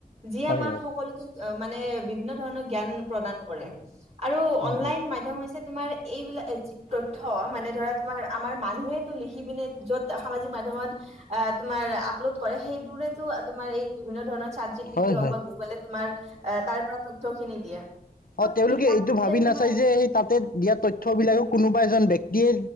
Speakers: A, on the right; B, on the left.
A: যিয়ে
B: হয়
A: আমাক
B: হয়
A: সকলো অ', মানে বিভিন্ন ধৰণৰ জ্ঞান প্ৰদান কৰে। আৰু
B: উম
A: অনলাইন
B: উম
A: মাধ্যম হৈছে তোমাৰ এইবিলাক যি তথ্য মানে ধৰা আমাৰ মানুহো লিখি পিনে য'ত সামাজিক মাধ্যত তোমাৰ আপলোড কৰে। টোৰে তোমাৰ এই বিভিন্ন ধৰণৰ ছাত জি পি
B: হয়
A: তি হওঁক
B: হয়
A: বা গুগলে তোমাৰ তাৰ পৰা তথ্যখিনি দিয়ে। ত'
B: অ', তেওঁলোকে
A: কিতাপ
B: এইটো ভাবি
A: তোমাৰ
B: নাচাই যে সেই তাতে দিয়া তথ্য বিলাকে কোনোবাই এজন ব্যক্তিয়ে